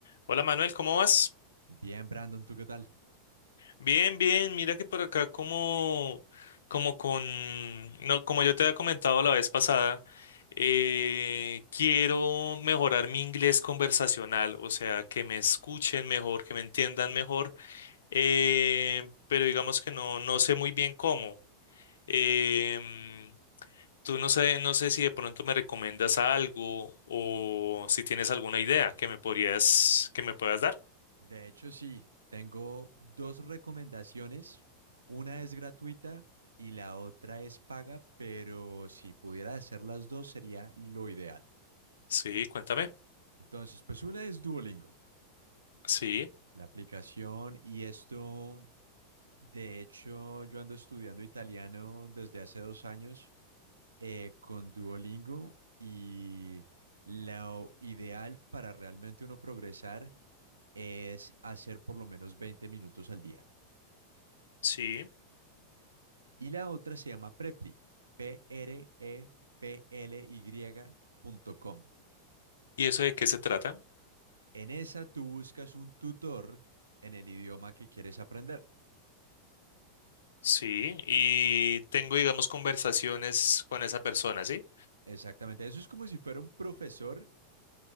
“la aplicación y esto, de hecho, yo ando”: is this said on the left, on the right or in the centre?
Right